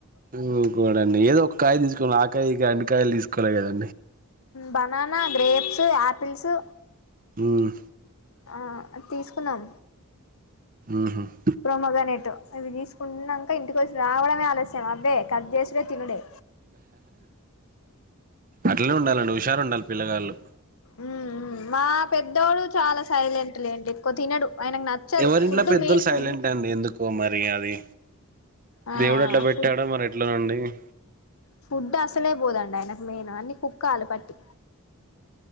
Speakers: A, on the right (about 40°); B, on the left (about 80°).
A: ఓ గాడ్. <unintelligible> ఏదో ఒక కాయ తీసుకోవాలి ఆ కాయి ఈకాయి అన్ని కాయలు తీసుకోవాలి కదా.
B: Banana, grapes. చే అ <unintelligible> పిలుసు.
A: మ్!
B: ఆ తీసుకున్నాం.
A: మ్మ్.
B: ప్రోమగనెటు, అవి తీసుకున్నాక ఇంటికి వచ్చి రావడమే ఆలస్యం అవే కట్ చేసుడే తినుడే
A: అట్లనే ఉండాలండి హుషారు ఉండాలి పిలగాళ్ళు
B: ఉ మా పెద్దోడు చాలా సైలెంట్ లేండి ఎక్కువ తినడు ఆయనకు నచ్చదు
A: ఎవరింట్లో
B: ఫుడ్
A: పెద్దలు
B: మెయిన్
A: సైలెంట్
B: ఫుడ్
A: అండి ఎందుకో మరి అది
B: ఆ
A: దేవుడు అ ట్లా పెట్టాడ
B: ఫుడ్
A: మరి ఎట్లానండి అ
B: ఫుడ్ అసలే పోదండి ఆయనకు మెయిన్ అన్ని కుక్కాల పట్టి